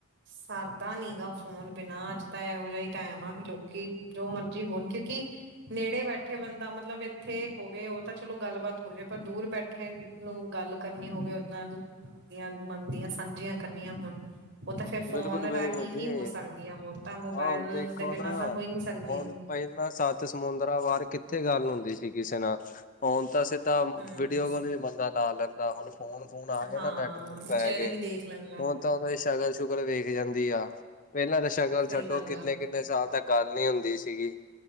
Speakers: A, on the right; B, on the left.
A: ਸਰਦਾ ਨੀ ਗਾ ਫੋਨ ਬਿਨਾਂ ਅੱਜ ਤਾਂ ਇਹੋ ਜਿ ਹੀ ਟਾਈਮ ਆ ਵੀ ਲੋਕੀ। ਜੋ ਮਰਜ਼ੀ ਹੋਣ ਕਿਉਂਕਿ। ਨੇੜੇ ਬੈਠੇ ਬੰਦਾ ਮਤਲਬ ਇੱਥੇ ਹੋਵੇ ਉਹ ਤਾਂ ਚਲੋ ਗੱਲਬਾਤ ਹੋ ਜਾਵੇ ਪਰ ਦੂਰ ਬੈਠੇ। ਗੱਲ ਕਰਨੀ ਹੋਵੇ ਉਦੇ ਨਾਲ। ਚੰਗੀਆ ਮੰਨਦੀਆਂ ਸਾਂਝੀਆਂ ਕਰਨੀਆਂ ਹੋਣ। ਉਹ ਤੇ ਫਿਰ ਫੋਨ
B: ਬਿਲਕੁਲ ਬਿਲਕੁਲ
A: ਰਾਹੀਂ
B: ਜੀ
A: ਹੀ ਹੋ ਸਕਦੀ ਹੈ ਹੋਰ ਤਾਂ ਮੋਬਾਇਲ
B: ਹਾਂ ਹੁਣ ਦੇਖੋ
A: ਦੇ ਬਿਨਾਂ
B: ਨਾ
A: ਤਾਂ ਹੋਈ ਨਹੀ ਸਕਦੀ
B: ਹੁਣ
A: ਉਹ।
B: ਪਹਿਲਾਂ ਸੱਤ ਸਮੁੰਦਰਾਂ ਪਾਰ ਕਿੱਥੇ ਗੱਲ ਹੁੰਦੀ ਸੀ ਕਿਸੇ ਨਾਲ। ਹੁਨ ਤਾਂ ਸਿੱਧਾ
A: ਹੂੰ।
B: ਵੀਡੀਓ ਕੋਲ ਵੀ ਬੰਦਾ ਲਾ ਲੈਂਦਾ ਹੁਣ। ਫੋਨ ਫੁਨ ਆ ਗਿਆ
A: ਹਾਂ
B: ਨਾ ਨੈਟ ਨੁੱਟ ਪੈ
A: ਚਿਹਰੇ
B: ਕੇ
A: ਵੀ ਦੇਖ ਲੈਂਦਾ
B: ਹੁਣ ਤਾਂ ਉਹਨਾਂ ਦੀ ਸ਼ਕਲ ਸ਼ੁਕਲ ਵੇਖ ਜਾਂਦੀ ਆ। ਪਹਿਲਾਂ ਤਾਂ ਸ਼ਕਲ
A: ਸਹੀ
B: ਛੱਡੋ
A: ਗੱਲ
B: ਕਿੰਨੇ
A: ਆ
B: ਕਿੰਨੇ ਸਾਲ ਤੱਕ ਗੱਲ ਨੀ ਹੁੰਦੀ ਸੀਗੀ।